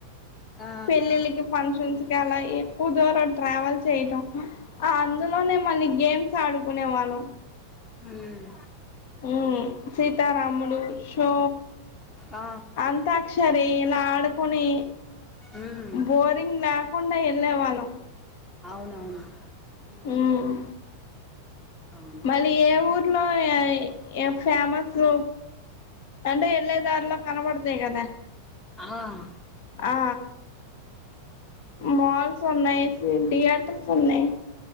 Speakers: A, on the left; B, on the left.
A: ఆ
B: పెళ్ళిళ్ళకి ఫంక్షన్స్ కల ఎక్కువ దూరం ట్రావెల్ చేయడం ఆ అందులోనే మన గేమ్స్ ఆడుకునే వాళ్ళం
A: హ్మ్
B: హ్మ్ సీతారాములు షో
A: ఆ
B: అంత్యక్షరీ ఇలా ఆడుకొని
A: మ్మ్
B: బోరింగ్ లేకుండా వెళ్ళేవాళ్ళం
A: అవునవును మ్మ్
B: ఉమ్
A: అవును
B: మళ్ళీ ఏ ఊర్లో య ఇ ఫేమస్ అంటే ఎళ్ళే దారిలో కనబడతయి గదా
A: ఆహ్
B: ఆ మాల్స్ ఉన్నాయేసి థియేటర్ స్ ఉన్నయి